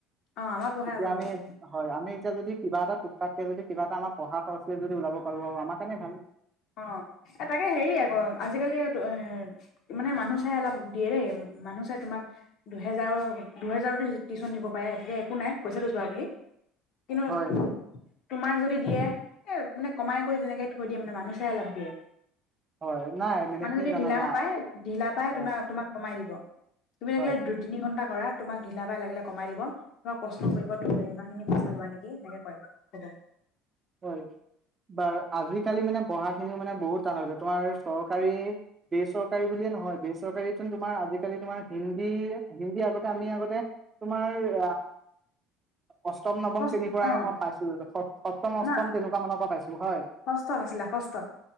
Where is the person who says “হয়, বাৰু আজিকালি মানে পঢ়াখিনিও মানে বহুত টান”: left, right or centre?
Right